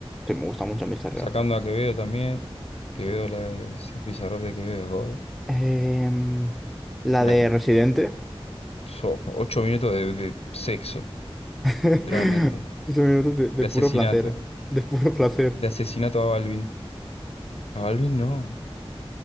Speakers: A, in the centre; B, on the left.
A: sí, me gusta mucho mi cerreo.
B: Sacando a Quevedo también. Quevedo, la ese pizarro de Quevedo es God.
A: Em, la
B: Bueno,
A: de Residente.
B: so, ocho minutos de, de sexo,
A: <laughs>
B: literalmente.
A: 15 minutos de, de
B: De
A: puro
B: asesinato.
A: placer. De puro placer.
B: De asesinato a Balvin. A Balvin no.